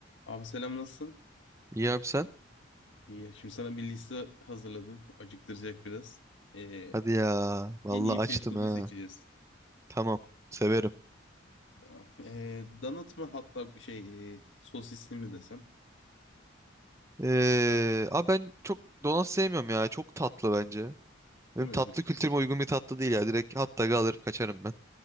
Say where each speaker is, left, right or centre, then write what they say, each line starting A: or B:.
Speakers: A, on the left; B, on the right.
A: Abi selam nasılsın?
B: İyi abi sen?
A: İyi. Şimdi sana bir liste hazırladım. Acıktıracak biraz. Ee,
B: Hadi ya. Vallahi
A: en iyi fast
B: açtım
A: food'u
B: ha.
A: seçeceğiz.
B: Tamam. Severim.
A: Tamam. <laughs> Ee, donut mu hatta bir şey e, sosisli mi desem?
B: Ee, abi ben çok donat sevmiyorum ya. Çok tatlı bence. Benim
A: Değil
B: tatlı
A: mi? Bir,
B: kültürüme uygun bir tatlı değil ya. Direkt hatta dog'ı alır kaçarım ben.